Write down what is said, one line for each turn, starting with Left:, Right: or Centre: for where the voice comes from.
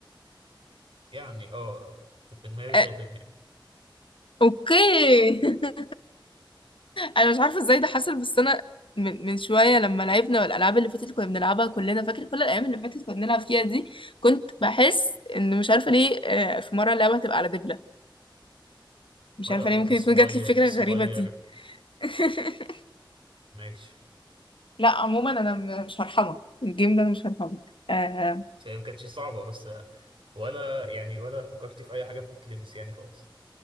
Right: يعني اه كنت في دماغي
Left: آه،
Right: خاتم يعني
Left: أوكي <laughs> انا مش عارفه ازاي ده حصل بس انا من من شويه لما لعبنا والالعاب اللي فاتت كنا بنلعبها كلنا فاكر كل الايام اللي فاتت كنا بنلعب فيها دي كنت بحس ان مش عارفه ليه آه، في مره اللعبه هتبقى على دبله مش
Right: ولا
Left: عارفه
Right: أقول
Left: ليه ممكن يكون
Right: صغير
Left: جات لي الفكره
Right: صغير
Left: الغريبه دي <laughs>
Right: ماشي
Left: لا عموما انا م- مش هرحمك الجيم ده انا مش هرحمك آه
Right: بس هي ما كانتش صعبة بس ولا يعني ولا فكرت في أي حاجة تتلبس يعني خالص